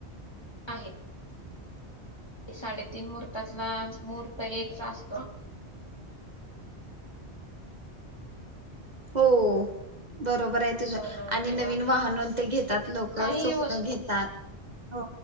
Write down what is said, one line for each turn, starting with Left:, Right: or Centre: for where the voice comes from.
Left: आहे साडेतीन मुहर्तातला महूर्त एकच असतो.
Right: हो बरोबरे तुझं
Left: सोनं
Right: आणि
Left: किंवा
Right: नवीन वाहन ते घेतात लोक
Left: काही
Right: सोनं
Left: वस्तू
Right: घेतात हो